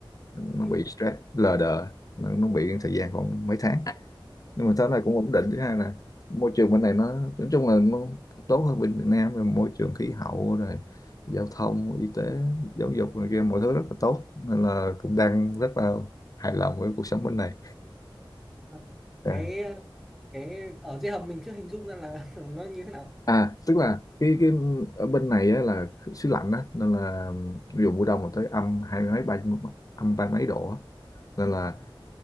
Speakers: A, on the left (about 40°); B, in the centre.
A: nó
B: yếu
A: bị stress lờ đờ nó, nó bị thời gian khoảng mấy tháng nhưng mà thế này cũng ổn định thứ hai là môi trường bên này nó nói chung là nó tốt hơn bên Việt Nam về môi trường khí hậu rồi giao thông y tế giáo dục này kia mọi thứ rất là tốt nên là cũng đang rất là hài lòng với cuộc sống bên này
B: Ờ,
A: <laughs>
B: cái cái ở dưới hầm mình chưa hình dung ra là <laughs> nó như thế nào
A: À, tức là cái cái ở bên này á, là xứ lạnh á nên là ví dụ mùa đông là tới âm hai mấy ba âm ba mấy độ á. Nên là
B: Ờ.